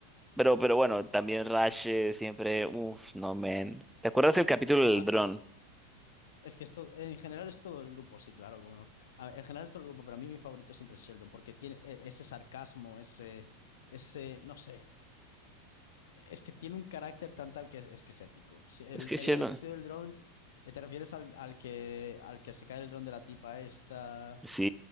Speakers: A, in the centre; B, on the left.
A: Pero, pero bueno,
B: Mm.
A: también Rash eh, siempre, uff, no, man. ¿Te acuerdas el capítulo del
B: Ah,
A: dron?
B: es que esto, en general es todo el grupo, sí, claro, cómo no. Ah, en general es todo el grupo, pero a mí mi favorito siempre es Sheldon, porque tiene eh, ese sarcasmo, ese, ese, no sé, es que tiene un carácter tan tal que es, es que es épico. Si el,
A: Es que
B: el
A: cielo.
B: episodio del drone, eh, ¿te refieres al, al que, al que se cae el dron de la tipa esta?
A: Sí,